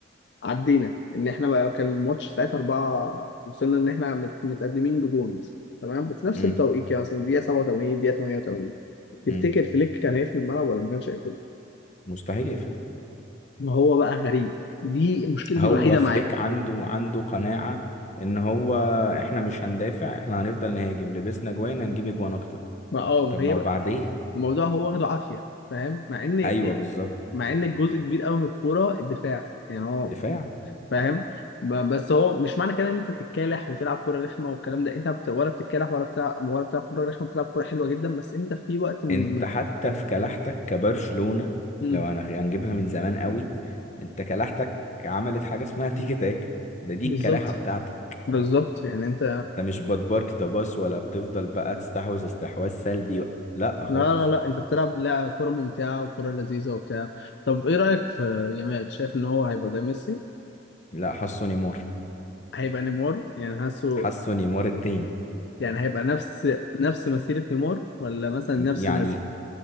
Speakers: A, on the left; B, on the left.
A: عدينا ان احنا بقى كان الماتش ساعتها أربعة وصلنا ان احنا مت- متقدمين بجون مثلا تمام وفي نفس
B: امم
A: التوقيت يعني مثلا دقيقه 87 دقيقه 88 تفتكر
B: امم
A: فليك كان هيقفل الملعب ولا ما كانش هيقفل؟
B: مستحيل يقفل
A: ما هو بقى غريب دي مشكلتي
B: هو
A: الوحيده
B: فليك
A: معاه
B: عنده عنده قناعة ان هو احنا مش هندافع احنا هنفضل نهاجم لبسنا جوان هنجيب اجوان اكتر
A: ما اه
B: طب
A: ما
B: ما
A: هي
B: وبعدين
A: بقى الموضوع هو واخده عافيه فاهم مع ان إيه،
B: ايوه بالظبط
A: مع ان الجزء كبير قوي من الكوره الدفاع يعني هو
B: دفاع
A: فاهم ب- بس هو مش معنى كده ان انت تتكالح وتلعب كوره رخمه والكلام ده انت بت... ولا بتتكالح ولا بتلعب ولا بتلعب كوره رخمه بتلعب كوره حلوه جدا بس انت في وقت من
B: انت
A: من-
B: حتى في كلاحتك كبرشلونة
A: مم.
B: لو هنخ- هنجيبها من زمان قوي انت كلاحتك عملت حاجة اسمها تيكي تاك ده دي
A: بالظبط
B: الكلاحة بتاعتك
A: بالظبط يعني انت
B: انت مش بتبارك ده باص ولا بتفضل بقى تستحوذ استحواذ سلبي لا خالص
A: لا لا لا انت بتلعب لا كوره ممتعه وكوره لذيذه وبتاع طب ايه رايك في يامال شايف ان هو هيبقى زي ميسي
B: لا حاسه نيمار
A: هيبقى نيمار يعني حاسه
B: حاسه نيمار التاني
A: يعني هيبقى نفس نفس مسيرة نيمار ولا مثلا نفس
B: يعني
A: مسيرة